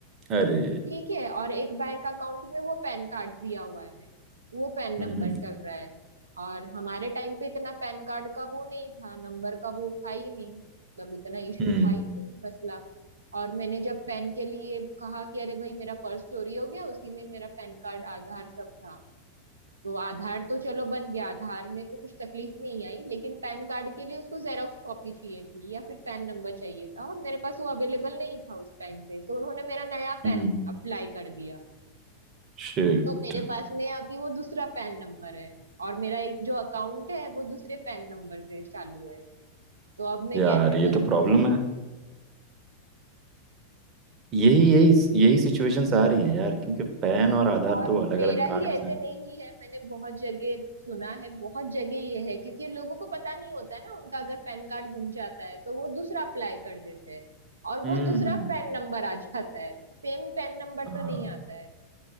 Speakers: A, on the right; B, on the right.
A: अरे
B: ठीक है और एक बैंक अकाउंट में वो पैन कार्ड दिया हुआ है मैंने वो पैन नंबर
A: हम्म
B: चल रहा है और हमारे टाइम पे इतना पैन कार्ड का वो नहीं था नंबर का वो था ही नहीं मतलब इतना इशू
A: हम्म
B: था ही नहीं मसला और मैंने जब पैन के लिए कहा कि अरे भाई मेरा पर्स चोरी हो गया उसी में मेरा पैन कार्ड आधार सब था तो आधार तो चलो बन गया आधार में तो कुछ तकलीफ नहीं आई लेकिन पैन कार्ड के लिए उसको जेरॉक्स कॉपी चाहिए थी या फिर पैन नंबर चाहिए था और मेरे पास वो अवेलेबल नहीं था उस टाइम पे तो उन्होंने मेरा नया पैन
A: हम्म
B: अप्लाई कर दिया
A: शिट
B: तो मेरे पास में अभी वो दूसरा पैन नंबर है और मेरा एक जो अकाउंट है वो दूसरे पैन नंबर से चालू है तो अब मैं
A: यार
B: कैसे करूँ
A: ये तो प्रॉब्लम है यही यही यही सिचुएशंस आ रही हैं यार क्योंकि पैन और आधार
B: और
A: दो अलग
B: मेरा
A: अलग
B: ही
A: कार्ड्स
B: ऐसे
A: हैं
B: नहीं है मैंने बहुत जगह सुना है बहुत जगह ये है क्योंकि लोगों को पता नहीं होता है ना उनका अगर पैन कार्ड गुम जाता है तो वो दूसरा अप्लाई कर देते हैं और वो
A: हम्म
B: दूसरा
A: हम्म, हम्म।
B: पैन नंबर आ जाता है सेम पैन नंबर
A: हाँ
B: तो नहीं आता है